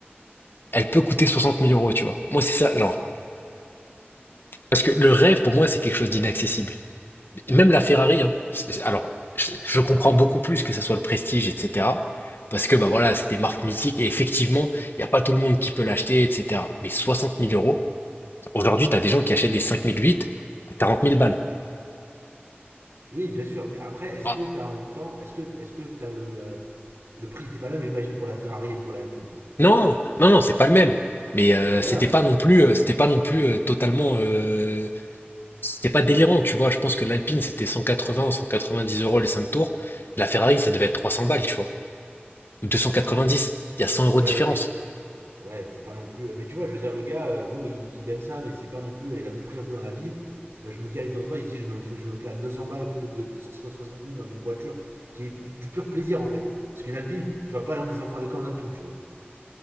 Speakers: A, on the left; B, on the right.
A: elle peut coûter 60 000 euros, tu vois. Moi, c'est ça, genre. Parce que le rêve, pour moi, c'est quelque chose d'inaccessible. Et même la Ferrari, hein. C'est- Alors, je, je comprends beaucoup plus que ça soit le prestige, etc. Parce que bah voilà, c'est des marques mythiques et effectivement, il n'y a pas tout le monde qui peut l'acheter, etc. Mais 60 000 euros, aujourd'hui, tu as des gens qui achètent des 5 008 à 40 000 balles.
B: Oui, bien sûr, mais après, est-ce
A: Ah.
B: que t'as en même temps. Est-ce que est-ce que t'as le. euh, le prix était pas le même, j'imagine, pour la Ferrari et pour la Alpine
A: Non, non, non, c'est pas le même. Mais euh,
B: Donc voilà.
A: c'était pas non plus, euh, c'était pas non plus euh, totalement, euh, c'était pas délirant, tu vois. Je pense que l'Alpine c'était 180 ou 190 euros les 5 tours. La Ferrari, ça devait être 300 balles, tu vois, ou 290. Il y a 100 euros
B: Ouais,
A: de différence.
B: ok. Ouais, c'est pas non plus. euh, Mais tu vois, je veux dire, le gars, euh, bon, il, il aime ça, mais c'est pas non plus. euh, Il a d'autres priorités dans la vie. Bah, je me dis, allez, de temps en temps, il se dit, je me, fais- je me claque 200 balles plutôt que de te- 60 000 dans une voiture qui est du, du pur plaisir en fait. Parce qu'une alpine, tu vas pas emmener des enfants à l'école en alpine, tu vois.